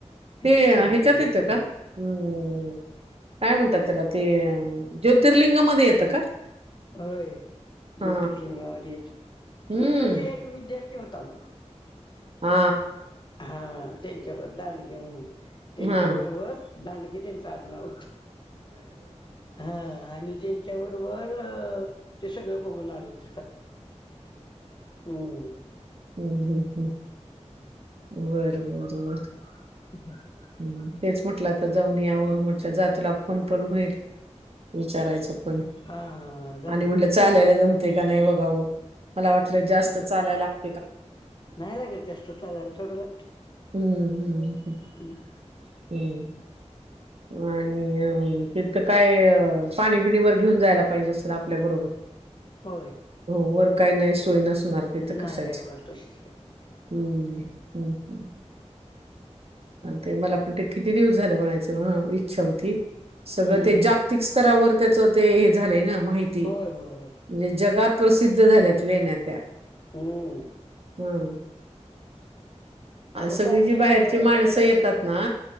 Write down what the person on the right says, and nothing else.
ते ह्याच्यात
येतं
का? हम्म काय म्हणतात त्याला ते ज्योतिर्लिंगामध्ये येतं का?
हा
हम्म
हा
हा
हम् ह् ह् बर बर बर
तेच म्हटलं आता जाऊन यावं म्हटलं जा तुला फोन पण होईल, विचारायच. पण,
आणि
म्हणलं चालायला जमतय का नाही बघावं. मला वाट जास्त चालाय लाग
हम्म, हम्म.
म्हण तिथं काय पाणी बिनी वर घेऊन जायला पाहिजे असेल आपल्याबरोबर
हो वर काही नाही सोय नसणार तिथ कसायची
हम्म हम् हम् ते मला पण ते किती दिवस झालं बघायची इच्छा होती
सगळं
ते जागतिक स्तरावर त्याच ते हे झालंय ना माहिती
त्याची
म्हणजे जगात प्रसिद्ध झाल्यात लेण्या त्या
हम्म अ
सगळी
जी
बाहेरची माणसं
येतात
ना